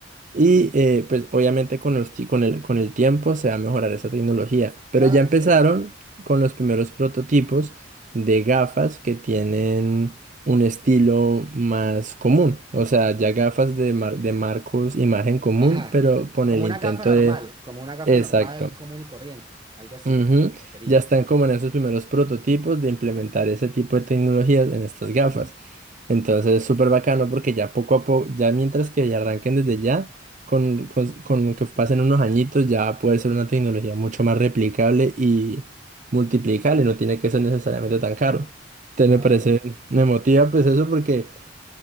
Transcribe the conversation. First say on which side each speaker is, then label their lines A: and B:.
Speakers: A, on the right (about 45°); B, on the right (about 25°).
A: Y eh, pues obviamente con el, ti- con el, con el tiempo se va a mejorar esa tecnología. Pero
B: Claro,
A: ya empezaron
B: sí, sí.
A: con los primeros prototipos de gafas que tienen un estilo más común. O sea, ya gafas de, mar- de marcos y margen común,
B: Ajá.
A: pero con
B: Como
A: el
B: una
A: intento
B: gafa normal,
A: de...
B: como una gafa
A: Exacto.
B: normal común y corriente, algo así
A: Ujú,
B: sería.
A: Ya están como en esos primeros prototipos de implementar ese tipo de tecnologías en estas gafas. Entonces es súper bacano porque ya poco a poco, ya mientras que ya arranquen desde ya, con, con, con que pasen unos añitos ya puede ser una tecnología mucho más replicable y multiplicable, no tiene que ser necesariamente tan caro. Entonces me
B: Ah,
A: parece, me motiva pues eso porque